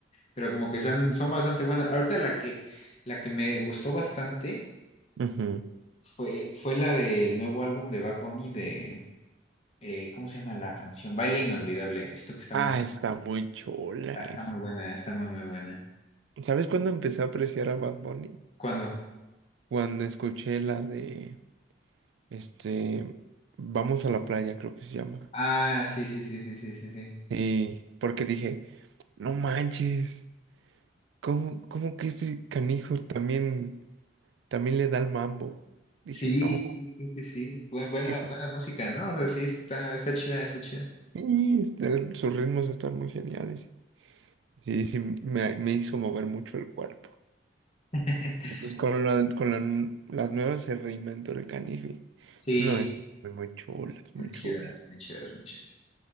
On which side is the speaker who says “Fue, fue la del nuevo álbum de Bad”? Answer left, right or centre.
Left